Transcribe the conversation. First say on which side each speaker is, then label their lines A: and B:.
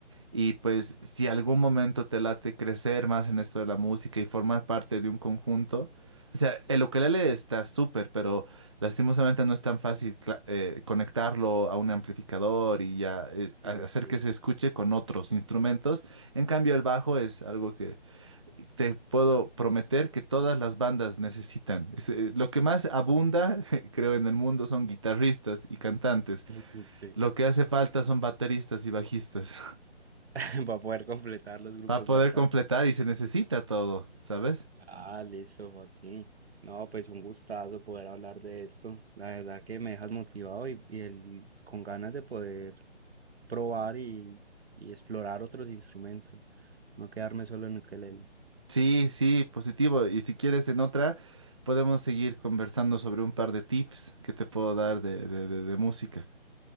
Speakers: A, on the right; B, on the right.
A: Y pues si algún momento te late crecer más en esto de la música y formar parte de un conjunto, o sea, el ukelele está súper, pero lastimosamente no es tan fácil cla- eh, conectarlo a un amplificador y ya eh, a-
B: Sí,
A: hacer
B: sí.
A: que se escuche con otros instrumentos. En cambio, el bajo es algo que te puedo prometer que todas las bandas necesitan. Es, eh, lo que más abunda, <laughs> creo, en el mundo son guitarristas y cantantes.
B: <laughs> Sí.
A: Lo que hace falta son bateristas y bajistas
B: <laughs> para poder completar los grupos
A: para poder
B: faltantes.
A: completar y se necesita todo, ¿sabes?
B: Ah, listo, Joaquín. No, pues un gustazo poder hablar de esto. La verdad que me dejas motivado y, y el- con ganas de poder probar y, y explorar otros instrumentos. No quedarme solo en ukelele.
A: Sí, sí, positivo. Y si quieres en otra, podemos seguir conversando sobre un par de tips que te puedo dar de, de, de- de música.